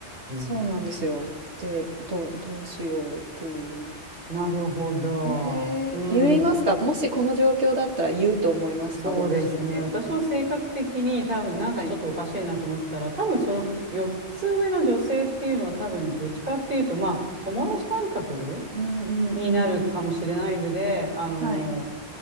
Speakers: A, on the right; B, on the right.
A: そうなんですよ。
B: ん、うん。
A: で、どう、どうしようっていう。
B: なるほど。
A: ええ、
B: うん、
A: 言いますか？もしこの状況だったら言うと思いますか？
B: そうですね。
A: ご自身で。
B: 私の性格的に多分なんかちょっとおかしいなと思ったら、
A: はい。
B: 多分その4つ上の女性っていうのは多分どっちかっていうと、
A: はい。
B: まあ、友達感覚
A: うんうんうん。
B: になるかもしれないので、あの、
A: はい。